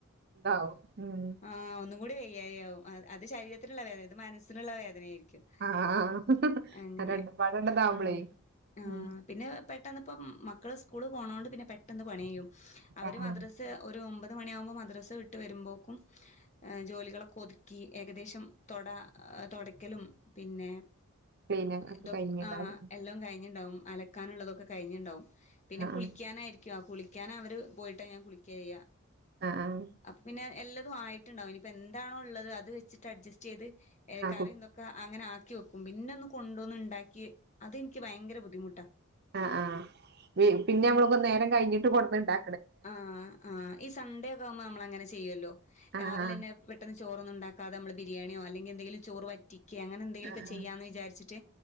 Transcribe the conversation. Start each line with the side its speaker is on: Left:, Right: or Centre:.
Right: താആവും ഉം.
Left: ആ ഒന്നും കൂടി വയ്യായിയാകും അത് ശരീരത്തിനുള്ള വേദന ഇത് മനസ്സിനുള്ള വേദനയായിരിക്കും.
Right: ആഹ
Left: അങ്ങനെ
Right: രണ്ട് പാടെ താവുമ്പളേ
Left: ഉം ആഹ്
Right: ഉം.
Left: പിന്നെ പെട്ടെന്ന്പ്പം മക്കള് സ്കൂള് പോണോണ്ട് പിന്നെ പെട്ടെന്ന് പണി ചെയ്യും അവർ
Right: ആഹ്
Left: മദ്രസ് സ് ഒമ്പത് മണിയാവുമ്പോൾ മദ്രസ വിട്ട് വരുമ്പോൾക്കും. ജോലികളൊക്കെ ഒതുക്കി ഏകദേശം തൊട തൊടക്കലും. പിന്നെ.
Right: ക്ലീന ഒക്കെ
Left: ഇതൊ
Right: കഴിഞ്ഞിണ്ടാവും
Left: ആ എല്ലാം കഴിഞ്ണ്ടാവും അലക്കാനുള്ളതൊക്കെ കഴിഞ്ണ്ടാവും. പിന്നെ
Right: ആഹ്
Left: കുളിക്കാനായിരിക്കും കുളിക്കാന അവർ പോയിട്ട് ഞാൻ കുളിക്ക ചെയ്യാ
Right: ആഹ് ആഹ്
Left: അപ്പൊ പിന്നെ. എല്ലതും ആയിട്ടുണ്ടാവും ഇനിപ്പൊ എന്താണോ ഉള്ളത് അത് വെച്ചിട്ട് അഡ്ജസ്റ്റ് ചെയ്ത്
Right: ആഹ്
Left: കറിന്ത അങ്ങനെ ആക്കി വെക്കും പിന്നെ ഒന്ന് കൊണ്ടോന്ന് ഉണ്ടാക്കി അതിന്ക്ക് ഭയങ്കര ബുദ്ധിമുട്ടാ.
Right: ആ ആ പിന്നെ നമ്മള് നേരം കഴിഞ്ഞിട്ട് കൊടുന്ന്ണ്ടാ
Left: ആഹ ആ ഈ സൺഡേ ഒക്കെ ആകുംമ്പോ നമ്മള അങ്ങനെ ചെയ്യല്ലോ
Right: ആഹ്
Left: രാവിലെന്നെ.
Right: ആഹ്
Left: ചോറൊന്നും ഉണ്ടാക്കാെ അല്ലങ്കി എന്തെങ്കിലും ചോറ് വറ്റി കെ അങ്ങനെ എന്തെങ്കിലോക്കെ
Right: ആഹ്
Left: ചെയ്യാ ന്ന് വിചാര്ച്ട്ട്